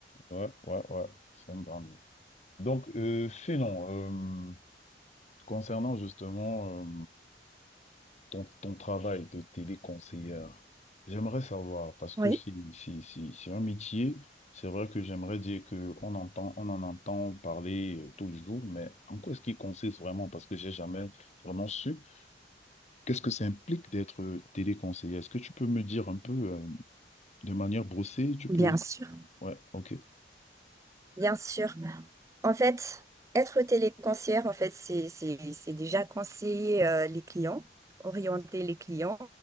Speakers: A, on the left; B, on the right.
A: Ouais, ouais, ouais, c'est une grande île. Donc, euh, sinon, euh, concernant justement euh, ton, ton travail de téléconseillère, j'aimerais savoir, parce que
B: Oui,
A: c'est c'est- c'est- c'est un métier, c'est vrai que j'aimerais dire qu'on entend, on en entend parler euh, tout le jour, mais en quoi est-ce qu'il consiste vraiment? Parce que j'ai jamais vraiment su. Qu'est-ce que ça implique d'être téléconseiller? Est-ce que tu peux me dire un peu euh, de manière brossée, tu
B: Bien
A: peux...
B: sûr.
A: Ouais, ok.
B: bien sûr. En fait, être téléconseillère, en fait, c'est, c'est, c'est déjà conseiller euh, les clients, orienter les clients,